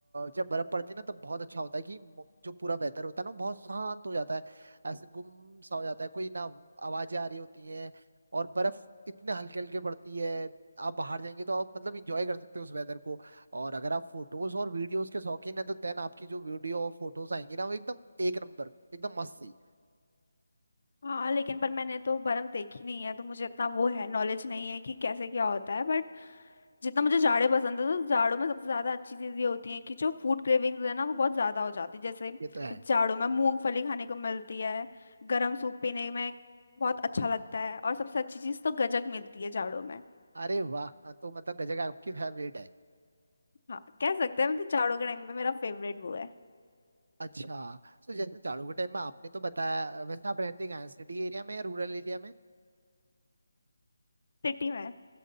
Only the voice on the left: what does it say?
हाँ लेकिन पर मैंने तो बर्फ देखी नहीं है तो मुझे इतना वो है नॉलेज नहीं है कि कैसे क्या होता है बट जितना मुझे जाड़े पसंद है तो जाड़ों में सबसे ज्यादा अच्छी चीज ये होती है कि जो फूड क्रेविंग्स है ना वो बहुत ज्यादा हो जाती है जैसे
जाड़ों में मूंगफली खाने को मिलती है गर्म सूप पीने में बहुत अच्छा लगता है और सबसे अच्छी चीज तो गजक मिलती है जाड़ों में
हाँ कह सकते हैं मतलब जाड़ों के टाइम पे मेरा फेवरेट वो है
सिटी में